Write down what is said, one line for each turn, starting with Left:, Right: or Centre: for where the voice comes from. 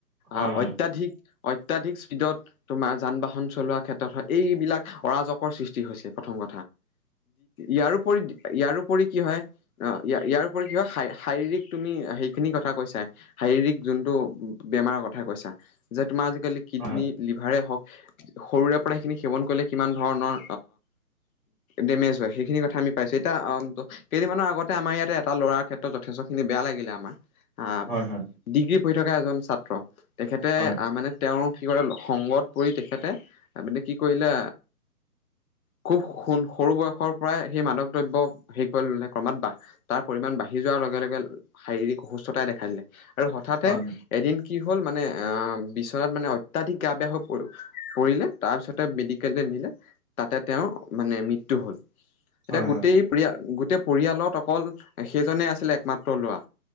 Right: হয়,
Left: আহ
Right: হয়।
Left: অত্যাধিক অত্যাধিক স্পীডত তোমাৰ যান বাহন চলোৱা ক্ষেত্ৰত হয় এইবিলাক অৰাজকৰ সৃষ্টি হৈছে প্ৰথম ক ইয়াৰোপৰি ইয়াৰো উপৰি কি হয় ইয়াৰোপৰি কি হয় শাৰীৰিক তুমি সেইখিনি কথা কৈছা শাৰীৰিক যোনটো বেমাৰৰ কথা কৈছা যে তোমাৰ আজিকালি কিডনী,
Right: হয়, হয়,
Left: লিভাৰে হওঁক সৰুৰে পৰা সেইখিনি সেৱন কৰিলে কিমান ধৰণৰ ডেমেজ হয় সেইখিনি কথা আমি পাইছোঁ এতিয়া অ', কেইদিনমানৰ আগতে আমাৰ ইয়াতে এটা ল'ৰাৰ ক্ষেত্ৰত যথেষ্ট খিনি বেয়া লাগিলে আমাৰ, আহ
Right: হয়, হয়,
Left: ডিগ্ৰী পঢ়ি থকা এজন ছাত্ৰ তেখেতে
Right: হয়,
Left: মানে তেওঁৰ কি কৰে সংগত পৰি তেখেতে মানে কি কৰিলে খুব সণ সৰু বয়সৰ পৰাই সেই মাদক দ্ৰব্য হেৰি কৰিবলে ক্ৰমৎ তাৰ পৰিমাণ বাঢ়ি যোৱাৰ লগে লগে শাৰীৰিক অসুস্থতাই দেখাই দিলে আৰু হঠাতে
Right: হয়,
Left: এদিন কি হ'ল মানে বিচনাত মানে অত্যাধিক গা বেয়া হৈ পৰি পৰিলে তাৰপিছতে মেডিকেল লে তাতে তেওঁৰ মানে মৃত্যু হ'ল। এতিয়া
Right: হয়,
Left: গোটেই
Right: হয়,
Left: পৰি গোটেই পৰিয়ালত অকল সেইজনে আছিলে একমাত্ৰ ল'ৰা।